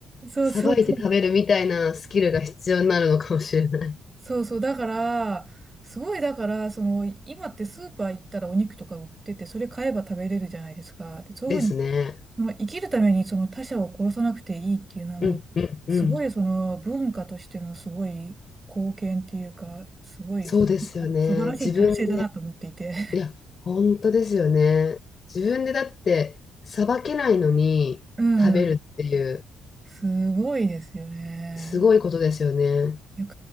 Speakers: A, on the right; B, on the left.
A: そうそうそう。
B: さばいて食べるみたいなスキルが必要になるのかもしれない
A: そうそう。だから、すごい、だから、その、今ってスーパー行ったらお肉とか売ってて、それ買えば食べれるじゃないですか。で、そういうふうに
B: ですね。
A: まあ、生きるためにその他者を殺さなくていいっていうのはもう、
B: うんうんうん。
A: すごいその文化としてのすごい貢献っていうか、すごい
B: そうですよね。
A: <laughs> 素晴らしい達成だなと思っていて。
B: 自分で、いや、本当ですよね。自分でだってさばけないのに食べるっていう
A: <laughs> うん。すごいですよね。
B: すごいことですよね。
A: いや皮